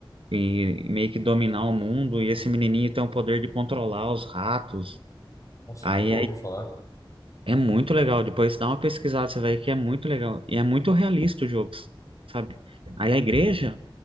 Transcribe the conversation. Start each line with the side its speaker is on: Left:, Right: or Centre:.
Right: e, e meio que dominar o mundo. E esse menininho tem o poder de controlar os ratos.
Left: Nossa,
Right: Aí
Left: eu nunca ouvi falar.
Right: É muito legal. Depois dá uma pesquisada, você vai ver que é muito legal. E é muito realista o jogo, sabe? Aí a igreja